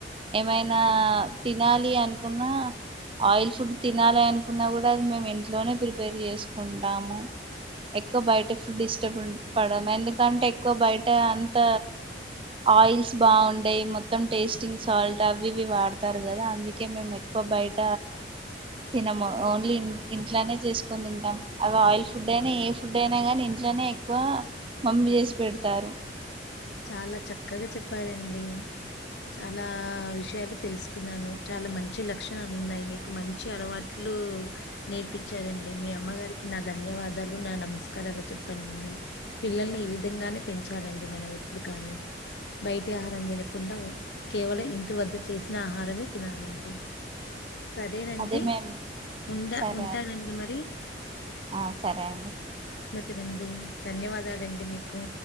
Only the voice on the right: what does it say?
ఏమైనా తినాలి అనుకున్నా ఆయిల్ ఫుడ్ తినాలి అనుకున్నా కూడా అది మేము ఇంట్లోనే ప్రిపేర్ చేసుకుంటాము ఎక్కువ బయట ఫుడ్ ఇష్ట పడ్ పడము ఎందుకంటే ఎక్కువ బయట అంత ఆయిల్స్ బాగుండేయి మొత్తం టేస్టింగ్ సాల్ట్ అవి ఇవి వాడతారు కదా అందుకే మేము ఎక్కువ బయట తినము ఓన్లీ ఇంట్లోనే చేస్ కొని తింటాం అవి ఆయిల్ ఫుడ్ అయినా ఏ ఫుడ్ అయినా గాని ఇంట్లోనే ఎక్కువ మమ్మి చేసి పెడతారు
అదే మేము
సరే
అండి
ఆ సరే అండి